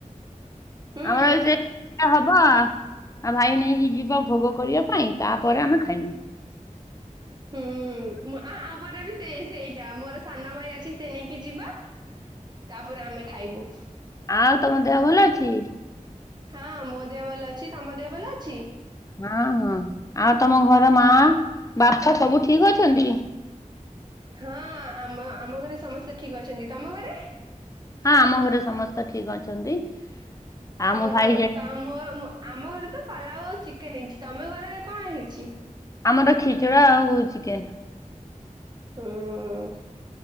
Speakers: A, on the right; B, on the left.
A: ହୁଁ
B: ଆମର ଏ <unintelligible> ଆଉ ଭାଇ ନେଇକି ଯିବ ଭୋଗ କରିବା ପାଇଁ ତାପରେ ଆମେ ଖାଇମୁଁ।
A: ହୁଁ ଆମର ବି ସେ ସେଇଟା ମୋର ସାନଭାଇ ଅଛି ସେ ନେଇକି ଯିବ ତାପରେ ଆମେ ଖାଇବୁ।
B: ଆଉ ତମ ଦେହ ଭଲ ଅଛି
A: ହଁ ମୋ ଦେହ ଭଲ ଅଛି ତମ ଦେହ ଭଲ ଅଛି?
B: ହଁ ହଁ ଆଉ ତମ ଘର ମା ବାପା ସବୁ ଠିକ ଅଛନ୍ତି?
A: ହଁ ଆମ ଆମ ଘରେ ସମସ୍ତେ ଠିକ ଅଛନ୍ତି ତମ ଘରେ?
B: ହଁ ଆମ ଘରେ ସମସ୍ତେ ଠିକ ଅଛନ୍ତି।
A: <unintelligible>
B: ଆଉ
A: ଆମ
B: ମୋ ଭାଇ ଯାଇ
A: ଘରେ ତ ପଲାଉ ଆଉ ଚିକେନ ହେଇଚି ତମ ଘରେ କଣ ହେଇଚି?
B: ଆମର ଖିଚିଡ଼ା ଆଉ ଚିକେନ।
A: ହୁଁ